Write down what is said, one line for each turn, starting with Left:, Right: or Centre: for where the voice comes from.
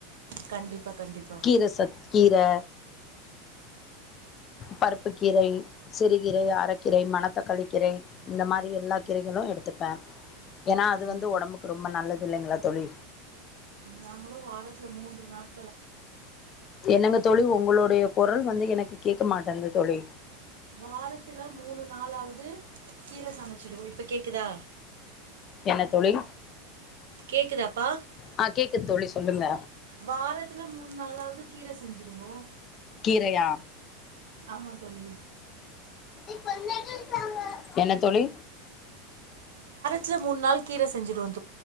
Right: கண்டிப்பா கண்டிப்பா
Left: கீர சத் கீர பருப்பு கீரை சிறுகீரை அரக்கீரை மணத்தக்காளி கீரை இந்த மாரி எல்லா கீரைகளும் எடுத்துப்பேன் ஏன்னா அது
Right: ஆமா
Left: வந்து ஒடம்புக்கு ரொம்ப நல்லது இல்லைங்களா தோழி
Right: நாங்களும் வாரத்துல மூன்று நாள்
Left: என்னங்க தோழி உங்களுடைய குரல் வந்து எனக்கு கேக்க மாட்டேங்குது தோழி
Right: வாரத்துல மூணு நாளாவது கீர சமைச்சிடுவோம் இப்ப கேக்குதா
Left: என்ன தோழி
Right: கேக்குதாப்பா
Left: ஆ கேக்குது தோழி சொல்லுங்க
Right: வாரத்துல மூணு நாளாவது கீர செஞ்சுடுவோம்
Left: கீரையா
Right: ஆமா தோழி
Left: இ ப சங்க <unintelligible> என்ன தோழி
Right: துல மூணு நாள் கீர செஞ்சிருவோம்